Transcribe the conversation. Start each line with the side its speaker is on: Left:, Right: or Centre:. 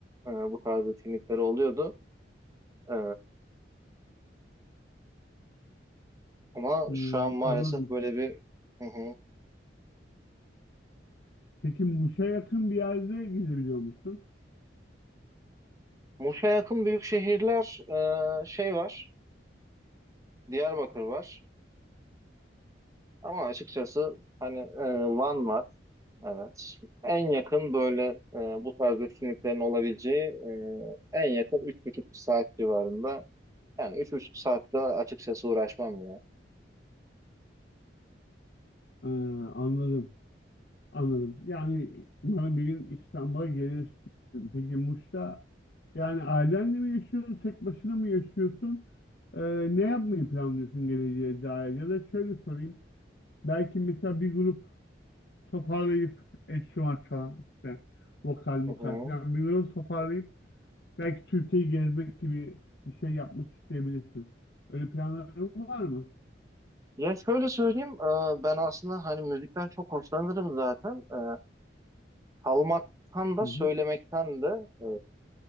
Right: e, bu tarz etkinlikleri oluyordu. E, ama
Left: Hmm,
Right: şu an maalesef
Left: anladım.
Right: böyle bir hı hı.
Left: Peki Muş'a yakın bir yerde gidebiliyor musun?
Right: Muş'a yakın büyük şehirler e, şey var, Diyarbakır var. Ama açıkçası hani e, Van var. Evet. En yakın böyle e, bu tarz etkinliklerin olabileceği e, en yakın 3,5 saat civarında. Yani 3,5 saatte açıkçası uğraşmam ya.
Left: E, anladım. Anladım. Yani umarım bir gün İstanbul'a gelirsin. Peki Muş'ta yani ailenle mi yaşıyorsun? Tek başına mı yaşıyorsun? E, ne yapmayı planlıyorsun geleceğe dair? Ya da şöyle sorayım. Belki mesela bir grup toparlayıp enstrüman çalan işte vokal mokal
Right: Hı hı.
Left: falan bir grup toparlayıp belki Türkiye'yi gezmek gibi bir şey yapmak isteyebilirsin. Öyle planların var mı?
Right: Ya şöyle söyleyeyim, e, ben aslında hani müzikten çok hoşlanırım zaten. E, Çalmaktan da
Left: Hı hı.
Right: söylemekten de e,